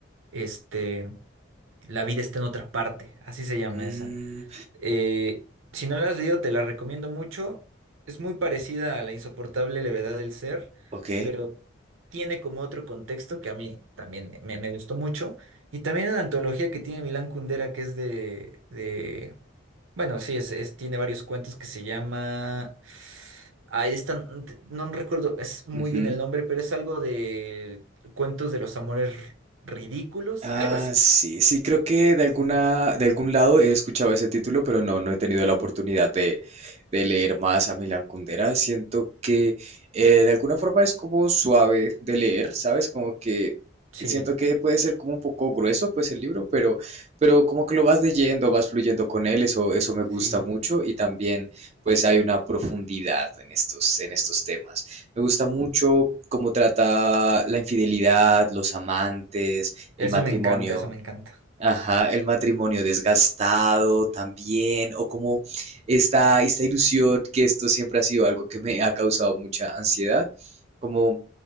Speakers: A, on the right (about 80°); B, on the right (about 30°).
A: este, La vida está en otra parte. Así se llama
B: Mm,
A: esa. Eh, si no la has leído, te la recomiendo mucho. Es muy parecida a La insoportable levedad del ser,
B: ok.
A: pero tiene como otro contexto que a mí también me, me- me gustó mucho. Y también una antología que tiene Milán Kundera, que es de, de- Bueno, sí, es, es- tiene varios cuentos que se llama... Ahí están, no me recuerdo es muy
B: Ujú.
A: bien el nombre, pero es algo de cuentos de los amores ridículos,
B: Ah,
A: algo así.
B: sí, sí, creo que de alguna,
A: Sí, sí, sí.
B: de algún lado he escuchado ese título, pero no, no he tenido la oportunidad de, de leer más a Milan Kundera. Siento que eh, de alguna forma es como suave de leer, ¿sabes? Como que
A: Sí,
B: siento que puede ser como un poco grueso, pues el libro, pero, pero como que lo vas leyendo, vas fluyendo con él, eso, eso me gusta
A: sí.
B: mucho y también pues hay una profundidad en estos, en estos temas. Me gusta mucho cómo trata la infidelidad, los amantes el
A: Eso
B: matrimonio.
A: me encanta, eso me encanta.
B: Ajá, el matrimonio desgastado también, o como esta, esta ilusión, que esto siempre ha sido algo que me ha causado mucha ansiedad, como